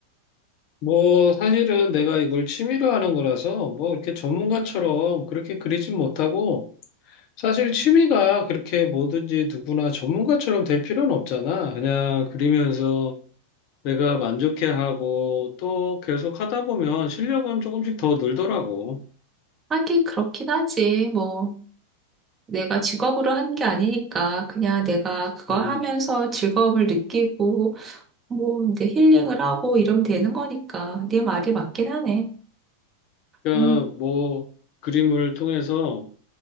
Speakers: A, on the left; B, on the right.
A: 뭐 사실은 내가 이걸 취미로 하는 거라서 뭐 이렇게 전문가처럼 그렇게 그리진 못하고 사실 취미가 그렇게 뭐든지 누구나 전문가처럼 될 필요는 없잖아. 그냥 그리면서 내가 만족해하고 또 계속 하다 보면 실력은 조금씩 더 늘더라고.
B: 하긴 그렇긴 하지. 뭐. 내가 직업으로 한 게 아니니까 그냥 내가 그거
A: 음.
B: 하면서 즐거움을 느끼고 뭐 이제 힐링을 하고 이러면 되는 거니까 네 말이 맞긴 하네.
A: 그러니까
B: 음,
A: 뭐 그림을 통해서